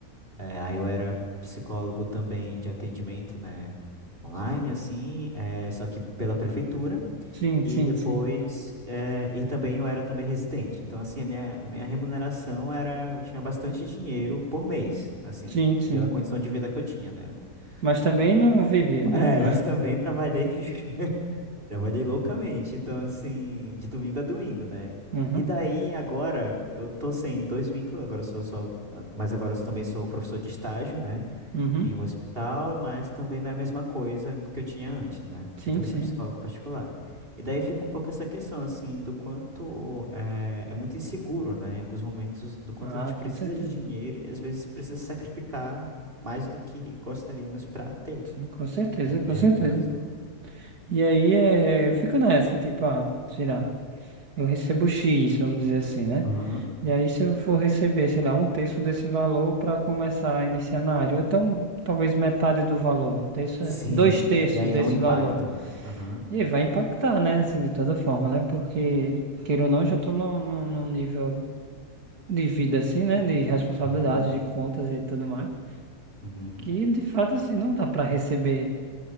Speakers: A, on the right; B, on the right.
A: é, aí eu era psicólogo também de atendimento, né, online, assim, é, só que pela prefeitura,
B: Sim, sim,
A: e depois,
B: sim.
A: eh, e também eu era também residente. Então, assim, a minha, minha remuneração era, eu tinha bastante dinheiro por mês, assim,
B: Sim, sim.
A: pela condição de vida que eu tinha, né? <laughs>
B: Mas também não vivia, né?
A: É, mas também trabalhei, <laughs> trabalhei loucamente. Então, assim, de domingo a domingo, né?
B: Uhum.
A: E daí, agora, eu tô sem dois vínculos, agora eu sou só, ah, mas agora eu também sou professor de estágio, né?
B: uhum.
A: em um hospital, mas também não é a mesma coisa do que eu tinha antes, né?
B: Sim,
A: E também
B: sim.
A: sou psicólogo particular. E daí fica um pouco essa questão, assim, do quanto é, é muito inseguro, né? Em alguns momentos, do quanto
B: Ah,
A: a gente precisa
B: com certeza.
A: de dinheiro e às vezes precisa sacrificar mais do que gostaríamos para ter
B: Sim, com certeza,
A: um tipo
B: com
A: de
B: certeza.
A: remuneração.
B: E aí é, eu fico nessa, tipo, ah, sei lá, eu recebo X, vamos dizer assim, né?
A: Aham.
B: E aí se eu for receber, sei lá, um terço desse valor para começar a iniciar na área, ou então talvez metade do valor, um terço,
A: Sim.
B: é- dois terços
A: E aí
B: desse
A: é um impacto.
B: valor.
A: Aham.
B: E aí vai impactar, né? Assim, de toda forma, né? Porque, queira ou não, eu já tô num, num num nível de vida assim, né? De responsabilidades,
A: Uhum.
B: de contas e tudo mais.
A: Uhum.
B: Que de fato assim não dá para receber